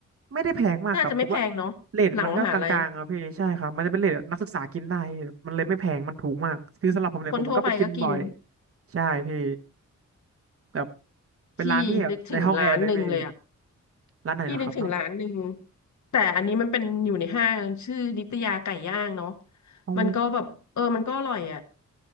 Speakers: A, on the right (about 50°); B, on the left (about 70°).
A: ไม่ได้แพงมากครับผมว่า
B: น่าจะไม่แพงเนาะหลังมหาลัย
A: เรทมันก็กลางๆครับพี่ใช่ครับมันจะเป็นเรทแบบนักศึกษากินได้พี่มันเลยไม่แพงมันถูกมากคือสำหรับผมเนี่ยผมก็ไปกินบ่อย
B: คนทั่วไปก็กิน
A: ใช่พี่แบบเป็นร้านที่แบบในห้องแอร์ด้วยพี่
B: พี่นึกถึงร้านหนึ่งเลยอ่ะ
A: ร้านไหนนะครับมัน
B: พี่นึกถึงร้านหนึ่งแต่อันนี้มันเป็นอยู่ในห้างชื่อนิตยาไก่ย่างเนาะ
A: อ๋อ
B: มันก็แบบเออมันก็อร่อยอ่ะ